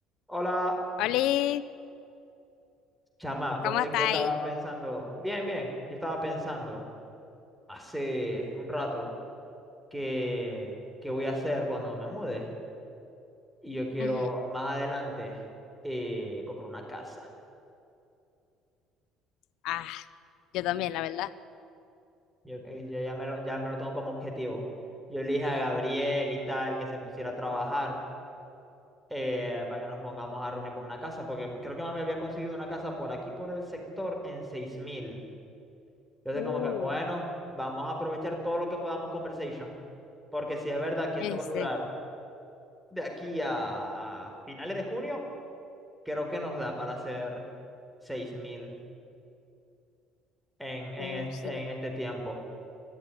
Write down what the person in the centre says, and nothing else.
Hola,
chama, vos
sé
que yo estaba pensando, bien, bien, yo estaba pensando hace un rato que, que voy a hacer cuando me mude y yo quiero
más adelante eh, comprar una casa.
Yo, eh, yo ya me lo, ya me lo tengo como objetivo. Yo le dije a Gabriel y tal que se pusiera a trabajar eh, para que nos pongamos a reunir por una casa, porque creo que me había conseguido una casa por aquí, por el sector, en 6.000. Entonces,
como que, bueno, vamos a aprovechar todo lo que podamos conversation. Porque si es verdad que
esto va a durar de aquí a finales de junio, creo que nos da para hacer 6.000 en, en,
es-
en este tiempo.